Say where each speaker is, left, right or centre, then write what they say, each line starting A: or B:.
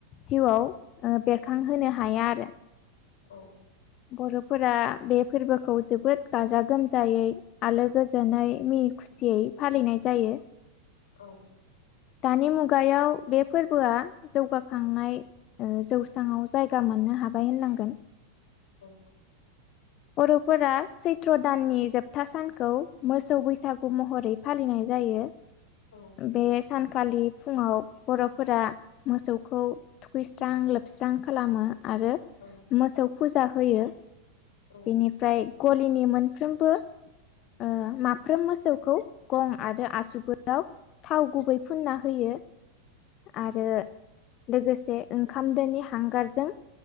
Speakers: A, on the left; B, on the left.
A: जिउआव आ बेरखांहोनो हाया आरो
B: औ
A: बर'फोरा बे फोरबोखौ जोबोद गाजा गोमजायै आलो गोजोनै मिनि खुसियै फालिनाय जायो।
B: औ
A: दानि मुगायाव बे फोरबोआ जौगाखांनाय ओ जौस्रांव जायगा मोननो हाबाय। बाय होलांगोन
B: औ
A: बर'फोरा सैत्र दाननि जोबथा सानखौ मोसौ बैसागु महरै फालिनाय जायो।
B: औ
A: बे सानखालि फुङाव बर'फोरा मोसौखौ थुखैस्रां लोबस्रां खालामो। आरो
B: औ
A: मोसौ फुजा होयो
B: औ
A: बेनिफ्राय गलिनि मोन फ्रोमबो आ माफ्रोम मोसौखौ गं आरो आसुगुराव थाव गुबै फुनना होयो। आरो लोगोसे ओंखाम दोनि हांगारजों